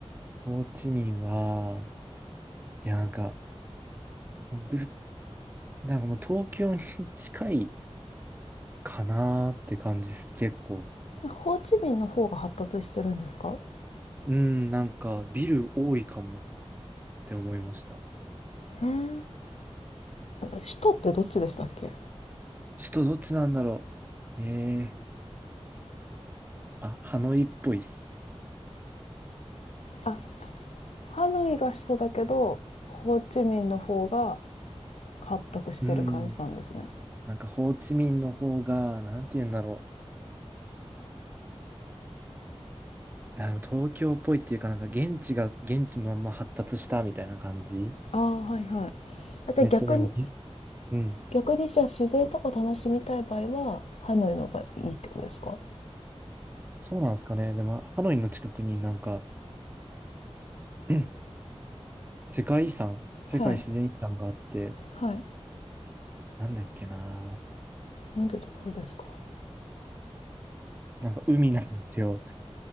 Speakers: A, on the right; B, on the left.
A: ホーチミンは、いや、なんか、ぶなんかもう東京に <laughs> 近いかなーって感じです、結構。
B: ホーチミンの方が発達してるんですか
A: うん、なんか、ビル多いかもって思いました。
B: え首都ってどっちでしたっけ
A: 首都どっちなんだろう。えー、あ、ハノイっぽいっす。
B: あハノイが首都だけどホーチミンの方が発達してる感じなんですね
A: うん。なんか、ホーチミンの方が、なんて言うんだろう。あの、東京っぽいっていうか、なんか、現地が、現地のまんま発達したみたいな感じ。
B: ああはいはいあじゃあ逆に
A: めっちゃでもぎ、うん。
B: 逆にじゃあ自然とか楽しみたい場合はハノイの方がいいってことですか
A: そうなんですかね。でも、ハノイの近くになんか、<clears throat> 世界遺産、世界自然遺産があって、
B: はいはい
A: なんだっけな。
B: なんてところですか
A: なんか海なんですよ。